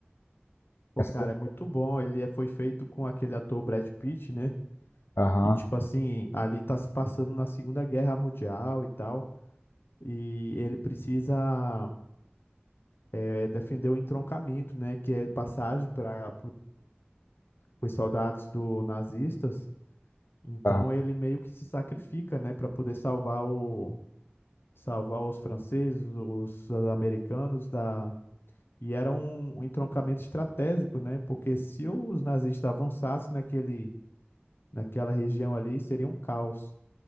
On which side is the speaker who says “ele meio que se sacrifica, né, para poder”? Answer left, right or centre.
Left